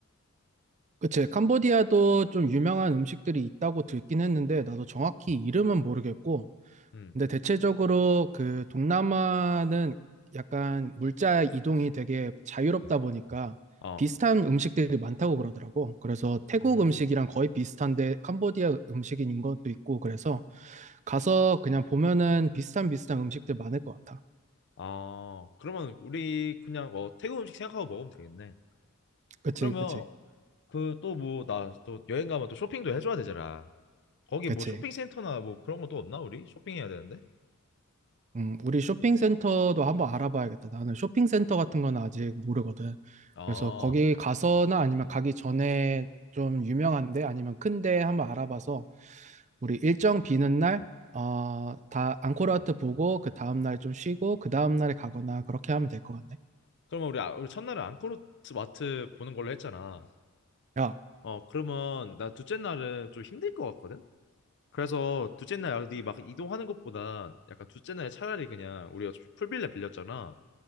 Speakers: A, on the right; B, on the left.
A: 그치. 캄보디아도 좀 유명한 음식들이 있다고 듣긴 했는데, 나도 정확히 이름은 모르겠고,
B: 음,
A: 근데 대체적으로 그 동남아는 약간 물자 이동이 되게 자유롭다 보니까
B: 어,
A: 비슷한 음식들이 많다고 그러더라고. 그래서 태국
B: 음,
A: 음식이랑 거의 비슷한데 캄보디아 음식인 것도 있고, 그래서 가서 그냥 보면은 비슷한 비슷한 음식들 많을 것 같아.
B: 아 그러면 우리 그냥 어 태국 음식 생각하고 먹으면 되겠네.
A: 그치,
B: 그러면
A: 그치,
B: 그 또 뭐 나 또 여행 가면 또 쇼핑도 해줘야 되잖아. 거기
A: 그치.
B: 뭐 쇼핑센터나 뭐 그런 거 또 없나 우리? 쇼핑해야 되는데?
A: 음, 우리 쇼핑센터도 한번 알아봐야겠다. 나는 쇼핑센터 같은 건 아직 모르거든.
B: 아
A: 그래서 거기 가서나 아니면 가기 전에 좀 유명한데 아니면 큰데 한번 알아봐서 우리 일정 비는 날, 어, 다 앙코르와트 보고 그 다음 날 좀 쉬고 그 다음 날에 가거나 그렇게 하면 될 것 같네.
B: 그러면 우리, 아- 우리 첫날은 앙코르 마트 보는 걸로 했잖아.
A: 야,
B: 어 그러면 나 둘째 날은 좀 힘들 것 같거든? 그래서 둘째 날 어디 막 이동하는 것보다 약간 둘째 날에 차라리 그냥 우리가 어차피 풀빌라 빌렸잖아.